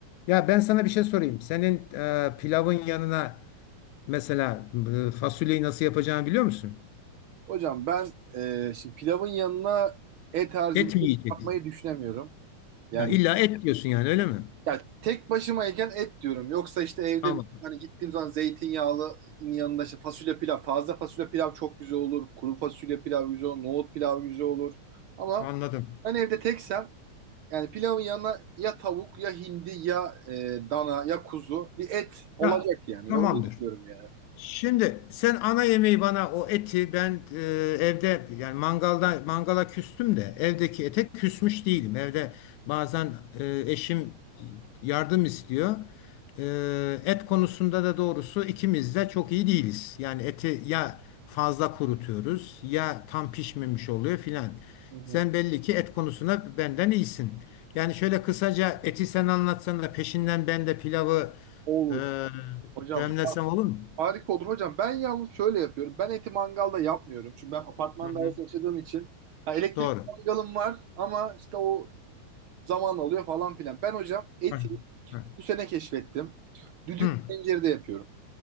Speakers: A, on the left; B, on the right.
A: Ya ben sana bir şey sorayım. Senin e, pilavın yanına mesela e, fasulyeyi nasıl yapacağını biliyor musun?
B: Hocam ben e, şimdi pilavın yanına et tarzı
A: Et
B: bir
A: mi
B: şey
A: yiyeceksin?
B: yapmayı düşünemiyorum. Yani
A: Ya illa et diyorsun yani öyle mi?
B: Ya tek başımayken et diyorum. Yoksa işte evde
A: Tamam.
B: bir- hani gittiğim zaman zeytinyağlı yanında işte fasulye pilav. Taze fasulye pilav çok güzel olur. Kuru fasulye pilav güzel olur. Nohut pilav güzel olur. Ama
A: Anladım.
B: ben evde teksem yani pilavın yanına ya tavuk ya hindi ya e, dana ya kuzu bir et olacak
A: Ya
B: yani.
A: tamamdır.
B: Ve onu istiyorum yani.
A: Şimdi sen ana yemeği bana o eti ben e, evde yani mangalda mangala küstüm de evdeki ete küsmüş değilim. Evde bazen e, eşim yardım istiyor. E, et konusunda da doğrusu ikimiz de çok iyi değiliz. Yani eti ya fazla kurutuyoruz ya tam pişmemiş oluyor filan.
B: Hı hı.
A: Sen belli ki et konusunda benden iyisin. Yani şöyle kısaca eti sen anlatsan da peşinden ben de pilavı
B: Olur.
A: e,
B: Hocam
A: demlesem
B: har-
A: olur mu?
B: harika olur hocam. Ben yalnız şöyle yapıyorum. Ben eti mangalda yapmıyorum. Çünkü ben apartman
A: Hı hı.
B: dairesi yaşadığım için ha, elektrik
A: Doğru.
B: mangalım var ama işte o Zaman alıyor falan filan. Ben hocam eti
A: Heh, heh.
B: bu sene keşfettim. Düdüklü
A: Hı.
B: tencerede yapıyorum.